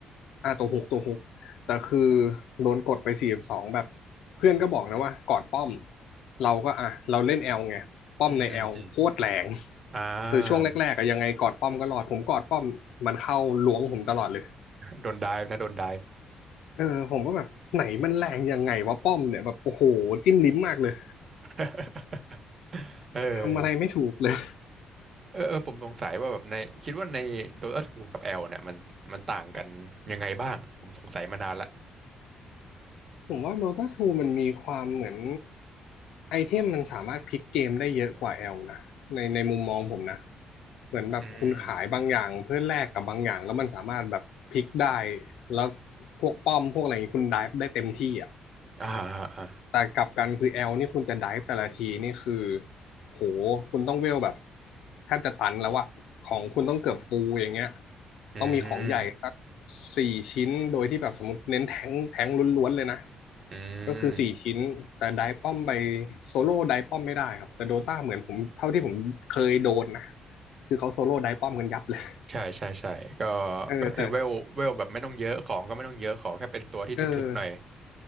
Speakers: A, on the left; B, on the right.
A: อ่าตัวฮุกตัวฮุกแต่คือโดนกดไปสี่สองแบบเพื่อนก็บอกนะว่ากอดป้อมเราก็อ่ะเราเล่นแอลไงป้อมในแอลโคตรแรง
B: อืมอืมอืมอ่า
A: คือช่วงแรกๆอะยังไงกอดป้อมก็รอดผมกอดป้อมมันเข้าล้วงผมตลอดเลย
B: โดนไดฟ์นะโดนไดฟ์
A: เออผมก็แบบไหนมันแรงยังไงวะป้อมเนี่ยแบบโอ้โหจิ้มลิ้มมากเลย
B: <laughs> เออ
A: ทำอะไรไม่ถูกเลย
B: เออเออผมสงสัยว่าแบบในคิดว่าใน Dota ทูกับ L เนี่ยมัน มันต่างกันยังไงบ้างผมสงสัยมานานละ
A: ผมว่า Dota ทูมันมีความเหมือนไอเทมมันสามารถพลิกเกมได้เยอะกว่า L นะในในมุมมองผมนะเหมือนแบบคุณขายบางอย่างเพื่อแลกกับบางอย่างแล้วมันสามารถแบบพลิกได้
B: อืม
A: แล้วพวกป้อมพวกอะไรอย่างนี้คุณไดฟ์ได้เต็มที่อ่ะ
B: อ่าอ่าอ่า
A: แต่กลับกันคือแอลนี่คุณจะไดฟ์แต่ละทีนี่คือโหคุณต้องเวลแบบแทบจะตันแล้วอะของคุณต้องเกือบฟูลอย่างเงี้ย
B: อืม
A: ต้องมีของใหญ่สักสี่ชิ้นโดยที่แบบสมมติเน้นแทงค์แทงค์ล้วนๆเลยนะ
B: อืม
A: ก็คือสี่ชิ้นแต่ไดฟ์ป้อมไปโซโล่ไดฟ์ป้อมไม่ได้ครับแต่โดตาเหมือนผมเท่าที่ผมเคยโดนนะคือเขาโซโล่ไดฟ์ป้อมกันยับเลย
B: ใช่ใช่ใช่ก็
A: เออแต่
B: ก็คือเวลเวลแบบไม่ต้องเยอะของก็ไม่ต้องเยอะขอแค่เป็นตัวที่ถึกๆหน่อย
A: เออ